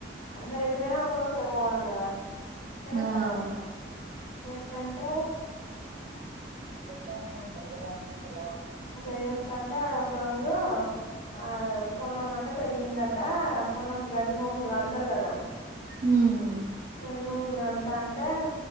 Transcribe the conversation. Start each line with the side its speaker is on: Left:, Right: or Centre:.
Left: అందరు ఎటు పోయినా ఒకరోకే పోవడం కదా చేస్తారట
Right: ఆ
Left: చేస్తాంటే ఒ
Right: ఉందమా అవించ
Left: ఒకరోజోస్తంటే ఒక రోజు ఆ పొలం అంట పెరిగిందటా పొలం గడ్డి మొప్పులు కడతారు కదా
Right: హ్మ్
Left: గడ్డి మోపులు కడతా అంటే